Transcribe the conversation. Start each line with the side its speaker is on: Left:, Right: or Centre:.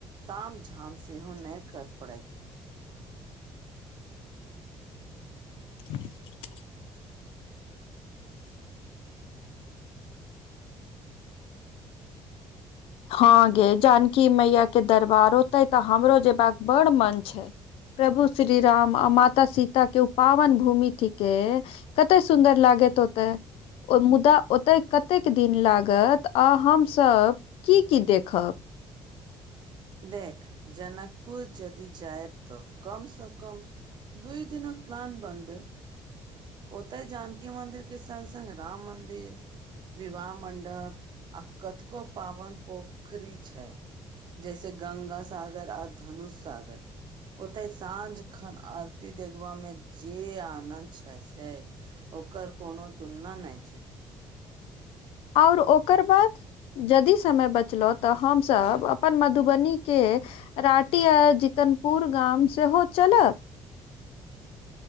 Right: ताम झाम सेहो नहि कर पड़त
Left: <unintelligible>
Right: <inaudible>
Left: हँ गे जानकी मैया के दरबार ते तऽ हमरो जेबाका बड़ मन छै प्रभु श्री राम आ माता सीता के ओ पावन भूमि थिके कतय सुन्दर लागैत होतै ओ मुदा ओतय कतेक दिन लागत आ हमसभ की की देखब
Right: देख जनकपुर जदि जायब तऽ कमसँ कम दूइ दिन प्लान बनब ओतेह जानकी मन्दिर के संग संग राम मन्दिर विवाह मं्डप आ कथको पावन पोखरी छै जैसे गंगा साागर आ धनुषसागर होतै साँझ एखन आरती देखबा में जे आनन्द छै छै ओकर कोनो तुलना नहि छै
Left: आओर ओकर बाद यदि समय बचलहु तऽ हमसभ अपन मधुबनीके राटी आ जितनपुर गाम सेहो चलब